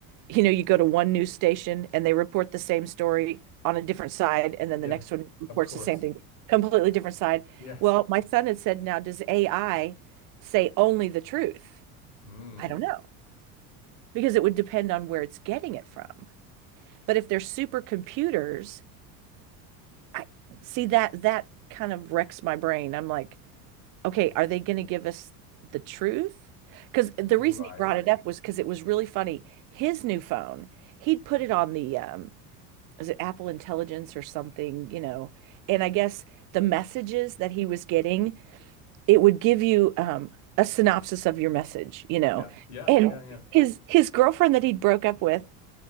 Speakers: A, on the right; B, on the left.
A: you know you go to one news station and they report the same story on a different side and then
B: Yeah.
A: the next one reports
B: Of course.
A: the same thing, completely different side.
B: Yes.
A: Well, my son had said, now does AI say only the truth?
B: Mm.
A: I don't know because it would depend on where it's getting it from. But if they're supercomputers, I see that that kind of wrecks my brain. I'm like, okay, are they going to give us the truth? Because the
B: Right.
A: reason he brought it up was because it was really funny. His new phone, he'd put it on the, um, was it Apple Intelligence or something, you know? And I guess the messages that he was getting, it would give you um, a synopsis of your message, you know?
B: Yeah. Yeah.
A: And
B: Yeah. Yeah.
A: Yeah. his his girlfriend that he'd broke up with,